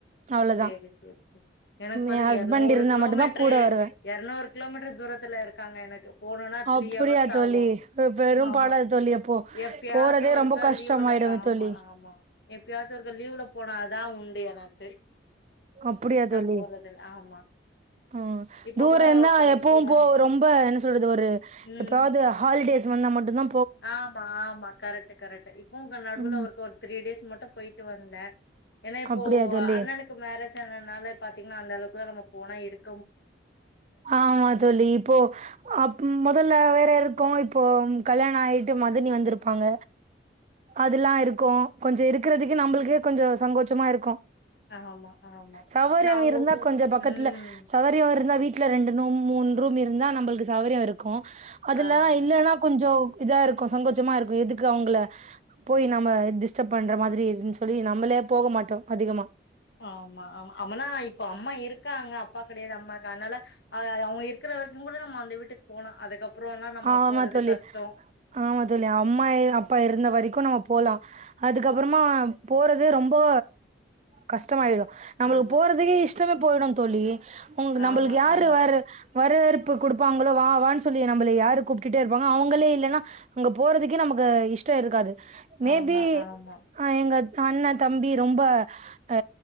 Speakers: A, on the right; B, on the left.
A: அவ்ளோதா
B: சேரி சேரி எனக்கு பாத்தீன்னா
A: எ ஹஸ்பண்ட்
B: எரநூறு
A: இருந்தா
B: கிலோமீட்டரு
A: மட்டுந்தா கூட வருவே
B: எரநூறு கிலோமீட்டரு தூரத்துல இருக் க்காங்க எனக்கு போணுன்னா
A: அப்படியா
B: த்ரீ ஹவர்ஸ்
A: தோழி
B: ஆகு
A: பெரும்
B: ஆமா
A: பாடா இருக்கு தோழி அப்போ
B: எப்பயாச்சு
A: போறதே
B: ஒருக்கா
A: ரொம்ப கஷ்டமாயிடுமே
B: லீவுல ஆமா
A: தோழி
B: ஆமா எப்பயாச்சு ஒருக்க லீவ்ல போனா தா உண்டு எனக்
A: அப்படியா தோழி
B: போறதில்ல ஆமா
A: ஆ
B: இப்ப
A: தூரம்
B: கூட
A: இருந்தா
B: கடைசியா
A: எப்பவும் போ ரொம்ப என்ன சொல்றது ஒரு
B: ம்
A: எப்பாவது ஹாலிடேஸ் வந்தா மட்டும்தா
B: ஆமா ஆமா கரெக்ட் கரெக்ட் இப்போ ப்ப நடுல
A: ம்
B: ஒருக்க ஒரு த்ரீ டே ஸ் மட்டும் போயிட்டு வந்தே ஏன்னா இப்போ
A: அப்டியா தோழி
B: அண்ணனுக்கு மேரேஜ் ஆனனால பாத்தீங்கன்னா அந்த அளவுக்குலா நம்ம போனா இருக்
A: ஆமா தோழி இப்போ அப் மொதல்ல வேற இருக்க இப்போ கல்யாண ஆய்ட்டு மதனி வந்திருப்பாங்க அதல்லா இருக்கு கொஞ்ச இருக்கிறதுக்கு நம்மளுக்கே கொஞ்ச சங்கோச்சமா இருக்கு
B: ஆ ஆமா ஆமா
A: சௌகரியம்
B: ஏன்னா அவங்களுக்கு
A: இருந்தா கொஞ்சோ பக்கத்துல
B: ம்
A: சௌகரியம் இருந்தா வீட்டுல ரெண்டு நும் மூண் ரூம் இருந்தா நம்மளுக்கு சவ்ரிய இருக்கு அதுலலா
B: ஆமா
A: இல்லன்னா கொஞ்சோ இதாருக்கு சங்கோச்சமா இருக்கு எதுக்கு அவங்கள போய் நம்ம டிஸ்டர்ப் பண்ற மாரி இருன்னு சொல்லி நம்மளே போக மாட்டோ அதிகமா
B: ஆமா ஆமா அமனா இப்ப அம்மா இருக்காங்க அப்பா கெடையாது அம்மாக்க அதனால அவ அவங்க இருக்கிற வரைக்கு கூட நம்ம வீட்டுக்கு போலா அதுக்கப்புறம்லா நம்ம
A: ஆமா
B: போறது
A: தோழி
B: கஷ்டோ
A: ஆமா தோழி அம்மா அப்பா இருந்த வரைக்கு நம்ம போலா அதுக்கப்புறமா போறது ரொம்போ கஷ்டமாயிடு நம்மளுக்கு
B: ஆமா
A: போறதுக்கே இஸ் டமா போயிடு தோழி உங்க நம்மளுக்கு
B: ஆமா
A: யாரு
B: ஆமா
A: வேற வரவேற்பு குடுப் ப்பாங்களோ வா வான்னு சொல்லி நம்மள யாரு கூப்ட்டுட்டே இருப்பாங்க அவங்களே இல்ல ன்னா அங்க போறதுக்கே நமக்கு இஷ்டஇருக்காது மேபி
B: ஆமா ஆமா
A: ஆ எங்க அண்ண தம்பி ரொம்ப அ